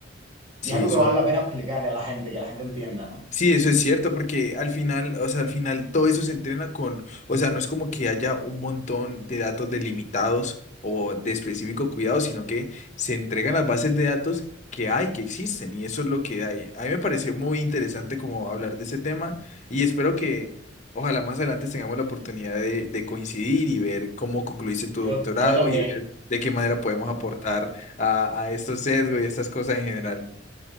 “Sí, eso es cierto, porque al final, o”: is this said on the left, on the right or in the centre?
Left